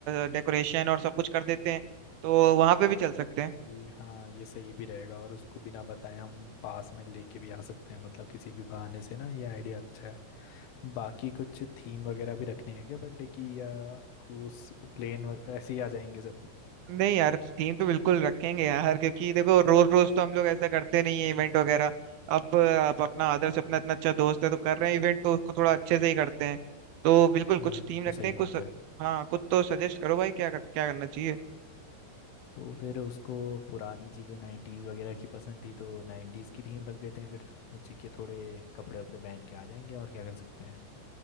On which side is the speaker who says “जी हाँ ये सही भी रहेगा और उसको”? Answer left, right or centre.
Left